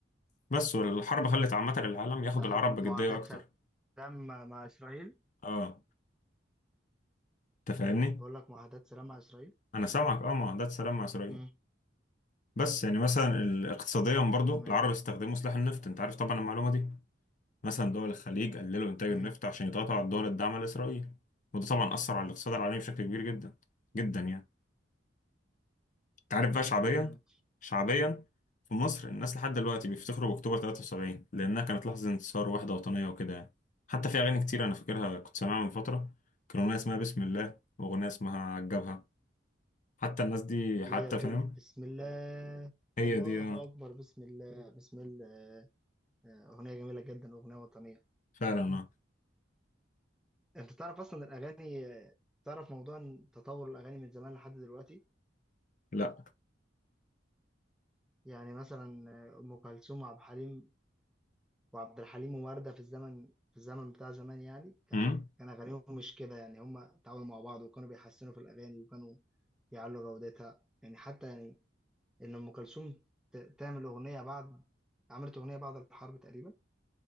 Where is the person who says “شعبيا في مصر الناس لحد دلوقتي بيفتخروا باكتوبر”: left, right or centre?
Left